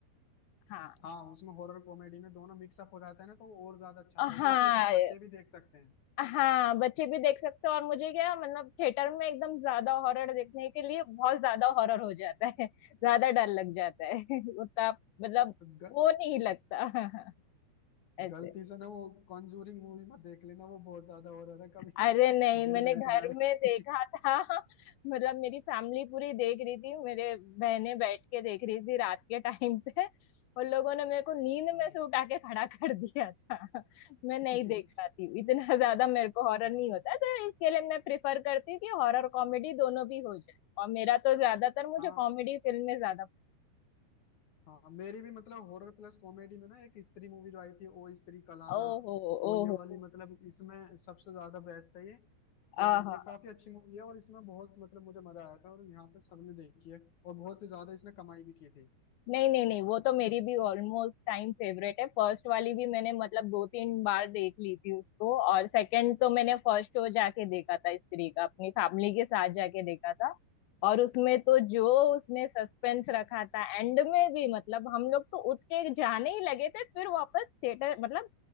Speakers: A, on the left; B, on the left.
A: हाँ
B: हाँ उसमें हॉरर कॉमेडी में दोनों मिक्सअप हो जाता है ना तो वो और ज्यादा अच्छा आता है
A: हाँ
B: क्योंकि उसमें बच्चे भी देख सकते हैं
A: हाँ बच्चे भी देख सकते हो और मुझे क्या मतलब थिएटर में एकदम ज्यादा हॉरर देखने के लिए बहुत ज्यादा हॉरर हो जाता है <laughs> ज्यादा डर लग जाता है <laughs> उतना मतलब
B: ग,
A: वो नहीं लगता <laughs> ऐसे
B: गलती से ना वो कॉन्जूरिंग मूवी मत देख लेना वो बहुत ज्यादा हॉरर है कभी
A: अरे नहीं
B: दिल
A: मैंने
B: बैठ
A: घर
B: जाए
A: में देखा
B: <laughs>
A: था <laughs> मतलब मेरी फैमिली पूरी देख रही थी मेरे बहनें बैठ के देख रही थी रात के टाइम पे <laughs> उन लोगों ने मेरे को नींद
B: हाँ
A: में से उठा के खड़ा कर दिया था <laughs> मैं नहीं
B: <laughs>
A: देख पाती हूँ इतना <laughs> ज्यादा मेरे को हॉरर
B: हाँ
A: नहीं होता तो इसके लिए मैं प्रिफर करती हूँ कि हॉरर कॉमेडी दोनों भी हो जाए और मेरा तो ज्यादातर मुझे
B: हाँ
A: कॉमेडी फिल्में ज्यादा
B: हाँ, मेरी भी मतलब हॉरर प्लस कॉमेडी में ना एक स्त्री मूवी जो आई थी ओ स्त्री कलाना
A: ओहो
B: तो
A: ओहो
B: ये वाली मतलब इसमें सबसे ज्यादा बेस्ट है ये तो
A: आहा
B: ये काफी अच्छी मूवी है और इसमें बहुत मतलब मुझे मजा आया था और यहाँ पे सबने देखी है और बहुत ही ज्यादा इसने कमाई भी की थी
A: नहीं नहीं नहीं वो तो मेरी भी ऑलमोस्ट टाइम फेवरेट है फर्स्ट वाली भी मैंने मतलब दो तीन बार देख ली थी उसको और सेकंड तो मैंने फर्स्ट शो जाके देखा था स्त्री का अपनी फैमिली के साथ जाके देखा था और उसमें तो जो उसने सस्पेंस रखा था एंड में भी मतलब हम लोग तो उठ के जाने ही लगे थे फिर वापस थिएटर मतलब